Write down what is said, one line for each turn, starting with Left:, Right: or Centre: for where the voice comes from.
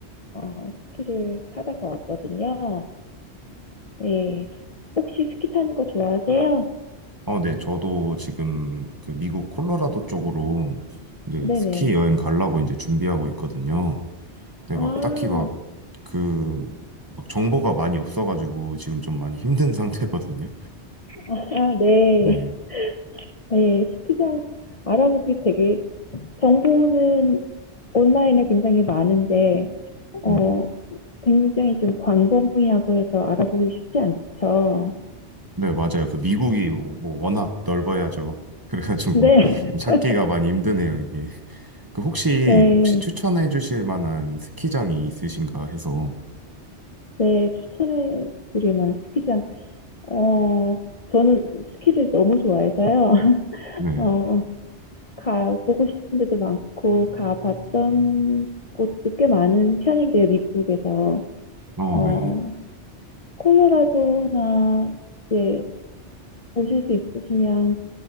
Left: 어, 스키를 타다가 왔거든요. 예. 혹시 스키 타는 거 좋아하세요?
Right: 어, 네, 저도 지금 그 미국 콜로라도 쪽으로 이제
Left: 네네.
Right: 스키 여행 가려고 이제 준비하고 있거든요. 근데
Left: 아,
Right: 막 딱히 막 그, 막 정보가 많이 없어가지고 지금 좀 많이 힘든 <laughs> 상태거든요.
Left: 아, 네.
Right: 네.
Left: 네, 스키장 알아보기 되게 정보는 온라인에 굉장히 많은데 어
Right: 네,
Left: 굉장히 좀 광범위하고 해서 알아보기 쉽지 않죠.
Right: 네, 맞아요. 그 미국이 뭐 워낙 넓어야죠. <laughs> 그래가지고
Left: 네,
Right: 좀 찾기가
Left: <laughs>
Right: 많이 힘드네요, 이게. 그 혹시
Left: 네,
Right: 혹시 추천해 주실 만한 스키장이 있으신가 해서
Left: 네 추천해 드릴 만한 스키장. 어 저는 스키를 너무 좋아해서요. <laughs>
Right: 네.
Left: 어 가보고 싶은 데도 많고 가봤던 곳도 꽤 많은 편인데요, 미국에서.
Right: 어,
Left: 어
Right: 네네.
Left: 콜로라도나 이제 오실 수 있으시면